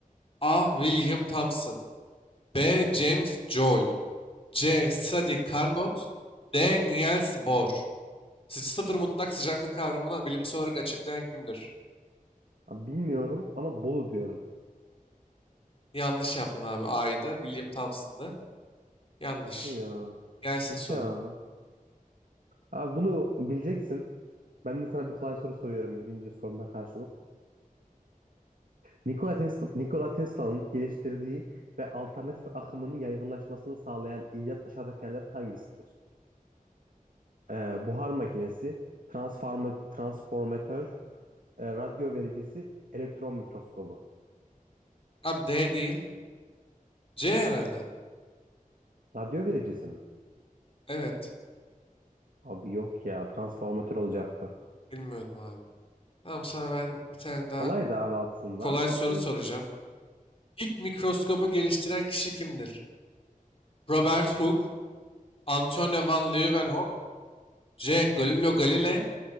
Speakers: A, on the left; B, on the right.
A: A. William Thomson. B. James Joule. C. Sadi Carnot. D. Niels Bohr. Sı- Sıfır mutlak sıcaklık kavramını bilimsel olarak açıklayan kimdir?
B: Abi bilmiyorum ama Bolu diyorum.
A: Yanlış yaptın abi. A'ydı. William Thompson'dı. Yanlış.
B: Hadi ya.
A: Gelsin
B: Peki
A: sorun.
B: abi. Abi bunu bileceksin. Ben de sana bir kolay soru soruyorum birinci soruna karşılık. Nikola Tesla, Nikola Tesla'nın geliştirdiği ve alternatif akımının yaygınlaşmasını sağlayan icat aşağıdakilerden hangisidir? e, buhar makinesi, transforma- transformatör, e, radyo vericisi, elektron mikroskobu.
A: Abi D değil. C herhalde.
B: Radyo vericisi mi?
A: Evet.
B: Abi yok ya, transformatör olacaktı.
A: Bilmiyordum abi. Tamam sana ben bir tane daha
B: Kolay da abi aslında
A: kolay
B: ama
A: soru
B: neyse.
A: soracağım. İlk mikroskobu geliştiren kişi kimdir? Robert Hooke, Antonio van Leeuwenhoek, C. Galileo Galilei,